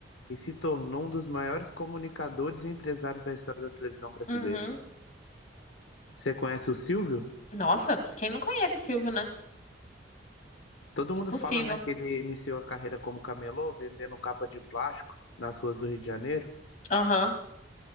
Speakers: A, on the left; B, on the left.
A: e se tornou um dos maiores comunicadores e empresários da história da televisão brasileira.
B: Uhum.
A: Você conhece o Silvio?
B: Nossa, quem não conhece o Silvio, né?
A: Todo
B: Impossível.
A: mundo fala, né, que ele iniciou a carreira como camelô, vendendo capa de plástico nas ruas do Rio de Janeiro.
B: Aham.